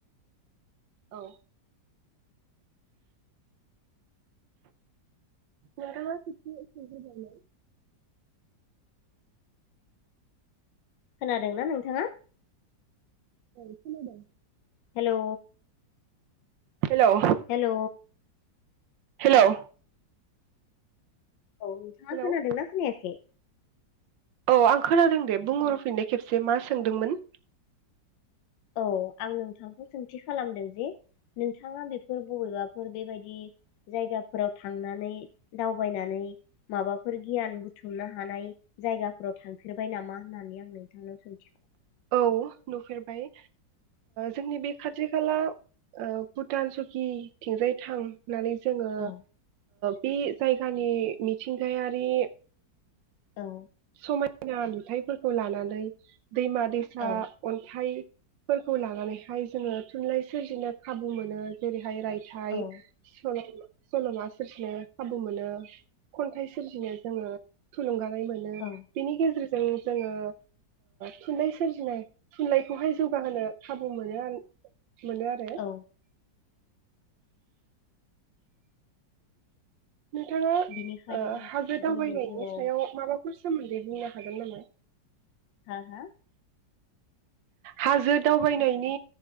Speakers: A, on the right; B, on the left.
A: औ। <unintelligible>
B: खोनादोंना नोंथाङा?
A: औ खोनदों।
B: हेलौ
A: हेल'
B: हेल'
A: हेलौ
B: औ नोंथाङा
A: हेलौ
B: खोनादोंना खोनायाखै
A: औ आं खोनादों दे बुंहरफिननो खेबसे मा सोंदोंमोन
B: औ आं नोंथांखौ सोंथि खालामदों जे नोंथाङा बेफोर बबेबाफोर बेबायदि जायगाफोराव थांनानै दावबायनानै माबाफोर गियान बुथुमनो हानाय जायगाफोराव थांफेरबाय नामा होननानै आं नोंथांनाव सों
A: औ नुफेरबाय जोंनि बे खाथि खाला भुटान सकिथिंजाय थां नानै जोङो
B: औ
A: बे जायगानि मिथिंगायारि
B: औ
A: समायना नुथायाइफोरखौ लानानै दैमा दैसा
B: औ
A: अन्थाइ फोरखौ लानानैहाय जोङो थुनलाइ सोरजिनो खाबु मोनो जेरै हाय रायथाइ
B: औ
A: <unintelligible> सल'मा सोरफनो खाबु मोनो खन्थाइ सोरजिनो जोङो थुलुंगानाय मोन बिनि
B: औ
A: गेजेर जों जोङो थुनलाइ सोरजिनाय थुनलाइखौहाय जौगाहोनो खाबु मोनो आरो मोनो आरो
B: औ
A: नोंथाङा
B: बिनिखायनो
A: हाजो
B: जोंनि
A: दावबायनायनि
B: जिउआव
A: सायाव माबा मा सोमोन्दै बुंनो हागोन नामा
B: हा हा
A: हाजो दावबायनायनि